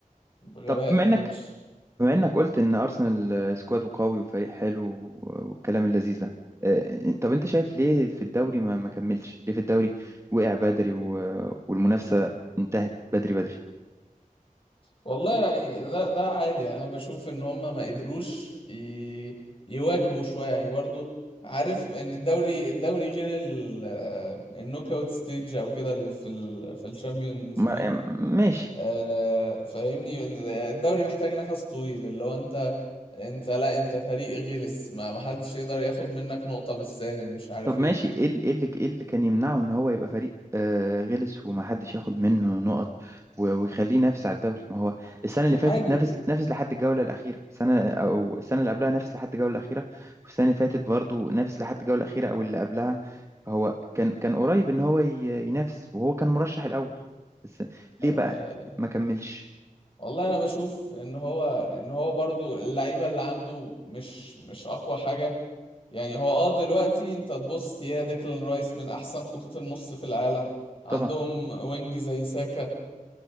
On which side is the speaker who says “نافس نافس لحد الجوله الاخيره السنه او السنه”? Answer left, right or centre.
Right